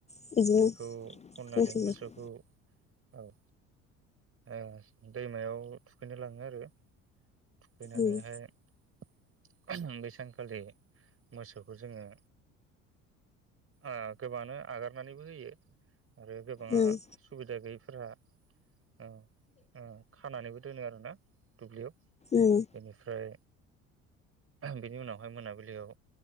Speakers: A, on the left; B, on the right.
A: बिदिनो
B: बेखौ खननानै
A: जोंथिंबो
B: मोसौखौ औ ओ दैमायाव थुखैनो लाङो आरो थुखैनानैहाय
A: उम
B: बै सानखालि मोसौखौ जोङो ओ गोबाङानो आगारनानैबो होयो आरो गोबाङा
A: उम
B: सुबिदा गैयैफोरा ओ ओ खानानैबो दोनो आरोना दुब्लियाव
A: उम
B: बेनिफ्राय बेनि उनावहाय मोनाबिलियाव